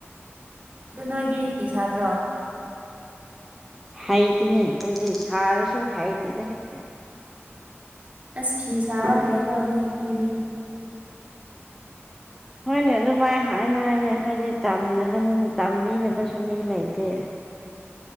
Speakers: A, on the right; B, in the centre.
A: ꯑꯗꯨ ꯅꯣꯏꯗꯤ ꯐꯤ ꯁꯥꯠꯇ꯭ꯔꯣ
B: ꯍꯩꯇꯅꯦ ꯀ ꯁꯔ ꯁ ꯍꯇꯗ ꯍꯥꯏꯇ
A: ꯑꯁ ꯐꯤ ꯁꯥꯥꯕ ꯍꯥꯏꯗꯅꯅꯤ ꯀꯗꯤ
B: ꯍꯣꯏꯅꯦ ꯑꯗꯨꯃꯥꯏ ꯍꯥꯏꯅ ꯍꯥꯏꯅꯦ ꯑꯩꯈꯣꯏꯗꯤ ꯇꯝꯗꯅꯕꯅꯤꯅ ꯇꯝꯕꯤꯅꯕꯁꯨ ꯃꯤ ꯂꯩꯇꯦ
A: <unintelligible>